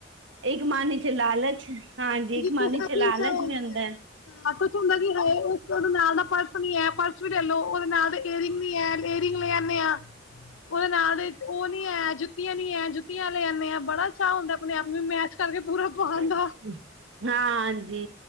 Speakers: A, on the right (about 70°); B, on the left (about 80°).
A: ਇੱਕ ਮਨ ਚ ਲਾਲਚ ਹਾਂਜੀ ਇੱਕ
B: ਕੁਛ
A: ਮਾਨੀ
B: ਆਪਣੀ
A: ਚ ਲਾਲਚ
B: ਇੱਛਾ ਹੁੰਦੀ
A: ਵੀ ਰਹਿੰਦਾ।
B: <unintelligible> ਹੁੰਦਾ ਕਿ ਹੈ ਉਹਦੇ ਨਾਲ ਦਾ ਪਰਸ ਨੀ ਐ ਪਰਸ ਵੀ ਲੈ ਲਓ ਉਹਦੇ ਨਾਲ ਏਅਰਿੰਗ ਐ- ਈਅਰਿੰਗ ਲੇ ਆਨੇ ਆ ਉਹਦੇ ਨਾਲ ਤੇ ਉਹ ਨੀ ਆਇਆ ਜ- ਜੁੱਤੀਆਂ ਵੀ ਐ ਜੁੱਤੀਆਂ ਲਿਆਉਣੇ ਆ ਬੜਾ ਚਾਅ ਹੁੰਦਾ ਆਪ ਮੈ ਜੁੱਤੀ- ਤਵੇ ਪੂਰਾ- ਪਾਉਣ
A: ਹਾਂ
B: ਦਾ
A: ਹਾਂਜੀ